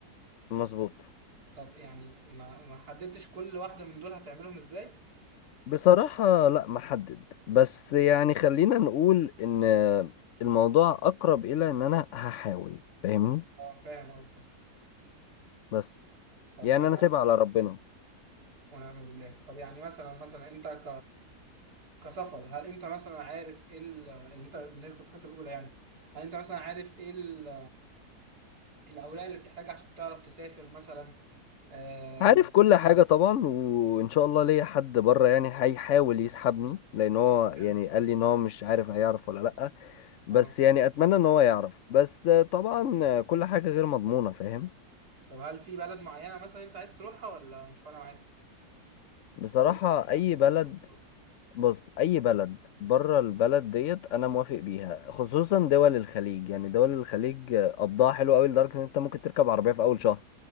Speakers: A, on the left (about 65°); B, on the right (about 80°).
A: مظبوط
B: طب يعني ما ما حددتش كل واحده من دول هتعملهم ازاي
A: بصراحة لا محدد بس يعني خلينا نقول ان الموضوع اقرب الى ان انا هحاول فاهمني
B: اه فاهم قصدك
A: بس
B: طب
A: يعني
B: يعني
A: انا سايبها
B: مثلا
A: على ربنا
B: ونعم بالله طب يعني مثلا مثلا انت كسفر هل انت مثلا عارف ايه ال- اللي انت اللي هي خطتك الاولى يعني هل انت مثلا عارف ايه ال- الاوراق اللي بتحتاجها عشان تعرف تسافر مثلا آم،
A: عارف كل حاجة طبعا وان شاء الله ليا حد بره يعني هيحاول يسحبني لان هو
B: حلو.
A: يعني قال
B: ده.
A: لي ان هو مش عارف هيعرف ولا لا بس
B: اه
A: يعني اتمنى ان هو يعرف بس طبعا كل حاجة غير مضمونة فاهم
B: طب هل في بلد معينه مثلا انت عايز تروحها ولا مش فارقه معاك
A: بصراحة
B: المهم إنك تبقى
A: اي
B: عاملين
A: بلد
B: صوت بس
A: بص اي بلد بره البلد ديت انا موافق بيها خصوصا دول الخليج يعني دول الخليج قبضها حلو قوي لدرجه ان انت ممكن تركب عربيه في اول شهر